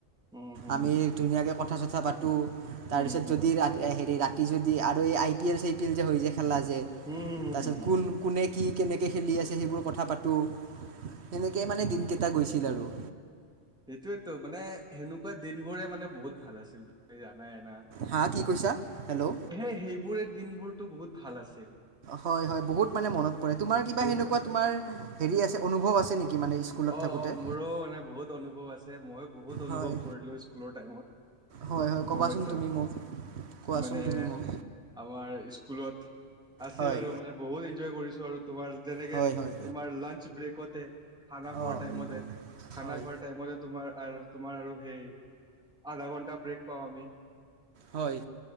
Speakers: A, in the centre; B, on the right.
A: উম - উম।
B: আমি ধুনীয়াকৈ কথা চথা পাতো তাৰপিছত
A: হুম হুম
B: যদি ৰা হেৰি ৰা তি যদি আৰু এই আই পি এল চাই পি এল যে হৈ য খেলা যে তাৰপিছত
A: হুম হুম হুম হুম হুম।
B: কোন কোনে কি কেনেকৈ খেলি আছে সেইবোৰ কথা পাতো সেনেকেই মানে দিনকেইটা গৈছিল আৰু।
A: সেইটোয়েতো মানে সেনেকুৱা দিন বোৰে মানে বহুত ভাল আছিল তুমি জানাইনা।
B: হা কি কৈছা হেল্ল',
A: হে সেইবোৰে দিনবোৰতো বহুত ভাল আছিল।
B: হয় - হয় বহুত মানে মনত পৰে তোমাৰ কিবা
A: বহুত
B: সেনেকুৱা তোমাৰ হেৰি আছে অনুভৱ আছে নেকি মানে স্কুলত
A: অ
B: থাকোতে?
A: অ মোৰো মানে বহুত অনুভৱ আছে মইো বহুত অনুভৱ
B: হয়
A: কৰিলো স্কুলৰ টাইমত।
B: হয় হয় ক'বাচোন
A: গম পাইছা
B: তুমি মোক কোৱাচোন
A: মানে
B: তুমি মোক
A: আমাৰ স্কুলত আছিল
B: হয়
A: আৰু মানে বহুত এনজয় কৰিছো আৰু তোমাৰ যেনেকে
B: হয় হয়
A: তোমাৰ লাঞ্চ ব্ৰেকতে খানা খোৱাৰ
B: অঁ
A: টাইমতে খানা
B: হয়
A: খোৱাৰ টাইম তোমাৰ তোমাৰ আৰু সেই আধা ঘন্টা ব্ৰেক পাও আমি।
B: হয়।